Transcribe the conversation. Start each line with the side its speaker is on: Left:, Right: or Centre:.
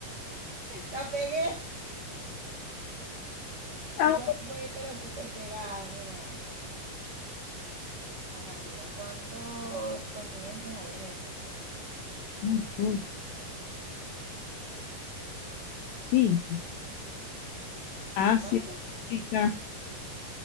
Right: La pegué.
Left: Ah,
Right: Esa fue, pero súper pegada, mija. Ajá, mira, ¿cuántos continentes hay en el mundo?
Left: uy, uy, Cinco. Asia,
Right: ¿Cuántos?
Left: África.